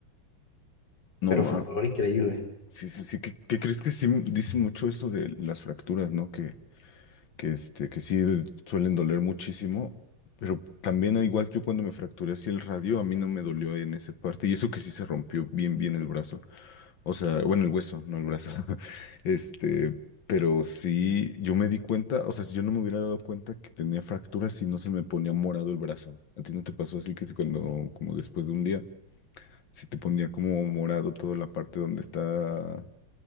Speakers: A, on the left; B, on the left.
A: No,
B: pero
A: ma.
B: fue un dolor increíble.
A: Sí, sí, sí. ¿Qué, qué crees que sí dicen mucho eso de las fracturas, ¿no? Que que, este, que sí suelen doler muchísimo, pero también al igual que yo cuando me fracturé así el radio, a mí no me dolió en esa parte, y eso que sí se rompió bien, bien el brazo, o sea, bueno, el hueso, no el brazo, <laughs> este, pero sí, yo me di cuenta, o sea, si yo no me hubiera dado cuenta que tenía fractura si no se me ponía morado el brazo, ¿a ti no te pasó así que si cuando, como después de un día, si te ponía como morado toda la parte donde está